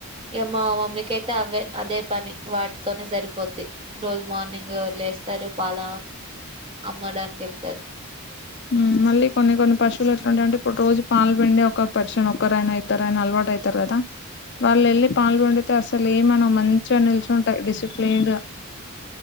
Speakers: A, on the right; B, on the left.
A: ఇక మా మమ్మీకైతే అవే అదే పని వాటితోనే సరిపోద్ది. రోజు మార్నింగ్ లేస్తారు పాల అమ్మడానికి వెళ్తారు.
B: మ్ మళ్ళి కొన్ని కొన్ని పశువులు ఎట్లుంటాయ్ అంటే ఇప్పుడు రోజు పాలు పిండి ఒక పరిశుని ఒకరైనా, ఇద్దరయినా అలవాటు డయితారు అదా వాళ్ల లేల్లి పాలు వండితే అసలు ఏమనవు మంచిగా నిలిచుంటాయి డిసిప్లిన్డ్గా